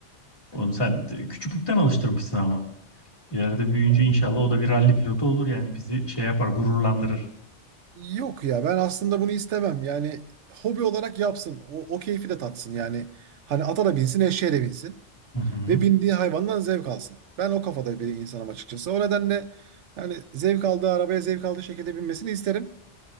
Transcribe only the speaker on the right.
Yani
Yok ya ben aslında bunu istemem. Yani hobi olarak yapsın. O, o keyfi de tatsın yani. Hani ata da binsin, eşeğe de binsin.
Ve bindiği hayvandan zevk alsın. Ben o kafada bir insanım açıkçası. O nedenle yani zevk aldığı arabaya zevk aldığı şekilde binmesini isterim.